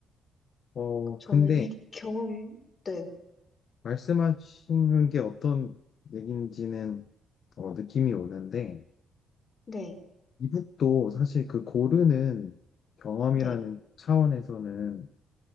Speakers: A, on the left; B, on the left.
A: 어,
B: 저는
A: 근데
B: 이 경험, 네,
A: 말씀하시는 게 어떤 얘기인지는 어, 느낌이 오는데
B: 네,
A: 이북도 사실 그 고르는 경험이라는
B: 네,
A: 차원에서는